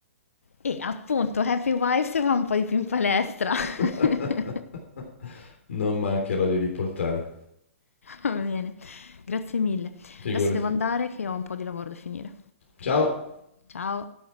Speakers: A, on the left; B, on the left.
A: E appunto, Happy Wives va un po' di più in palestra. <laughs>
B: <laughs> Non mancherò di riportare.
A: Va bene, grazie mille.
B: Figurati.
A: Adesso devo andare che ho un po' di lavoro da finire.
B: Ciao.
A: Ciao!